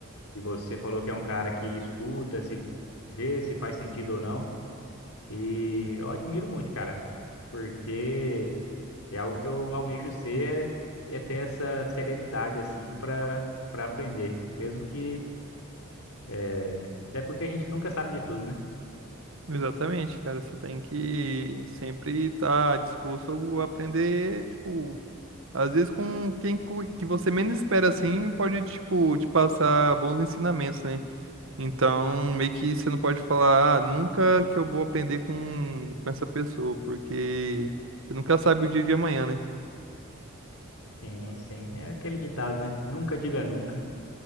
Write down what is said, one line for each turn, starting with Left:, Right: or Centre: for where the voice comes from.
Left: e você falou que é um cara que escuta, se vê se faz sentido ou não. E eu admiro muito, cara, porque é algo que eu almejo ser, é, é ter essa serenidade, assim, pra, pra aprender. Mesmo que. é, Até porque a gente nunca sabe de tudo, né?
Right: Exatamente, cara. Você tem que sempre estar disposto a aprender, tipo, às vezes com quem cu- que você menos espera assim, pode, tipo, te passar bons ensinamentos, né? Então, meio que você não pode falar, ah, nunca que eu vou aprender com, com essa pessoa, porque você nunca sabe o dia de amanhã, né?
Left: Sim, sim. É aquele ditado, né? Nunca diga nunca.